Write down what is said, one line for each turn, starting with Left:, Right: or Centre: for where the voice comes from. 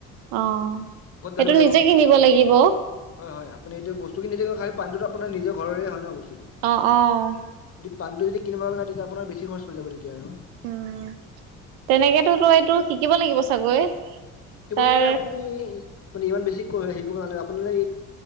Right: অ',
Left: জোখত
Right: সেইটো
Left: ঢালিব লাগিব
Right: নিজে
Left: আমি।
Right: কিনিব লাগিব?
Left: হয়', হয়', আপুনিতো বস্তুখিনি নিজে খাই পানীটো আপোনাৰ নিজৰ ঘৰৰে হয় ন' বছ।
Right: অ', অ',
Left: পানটো যদি কিনিব লগা হয় তেতিয়া আপোনাৰ বেছি খৰচ হৈ যাব তেতিয়া আৰু।
Right: উম, তেনেকেতো তো এইটো শিকিব লাগিব চাগৈ
Left: শিকিব
Right: তাৰ
Left: মানে আপুনি আপুনি ইমান বেছি হেৰি কৰিব নালাগে আপুনি হে